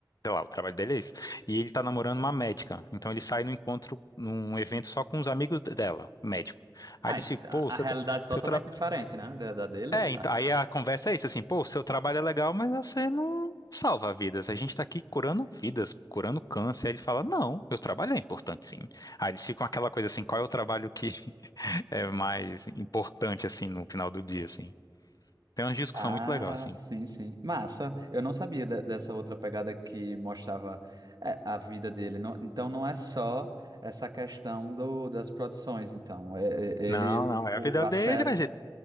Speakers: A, on the left; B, on the right.
A: sei lá, o trabalho dele é isso. E ele tá namorando uma médica, então ele sai no encontro, num evento só com os amigos de- dela, médico. Aí
B: Ah,
A: ele
B: ent-
A: se, pô,
B: a
A: seu,
B: realidade
A: tra-
B: totalmente
A: seu, tra-
B: diferente, né? Da, da dele.
A: É, então, aí a conversa é isso, assim, pô, o seu trabalho é legal, mas você não salva vidas. A gente tá aqui curando vidas, curando câncer. Aí ele fala, não, meu trabalho é importante, sim. Aí eles ficam aquela coisa assim, qual é o trabalho que <laughs> é mais importante, assim, no final do dia, assim. Tem uma discussão
B: Ah,
A: muito legal, assim.
B: sim, sim. Massa. Eu não sabia de- dessa outra pegada que mostrava é, a vida dele. Não- então não é só essa questão do, das produções, então. É- é- ele,
A: Não, não, é
B: o-
A: a vida
B: a
A: dele,
B: série.
A: mas ele,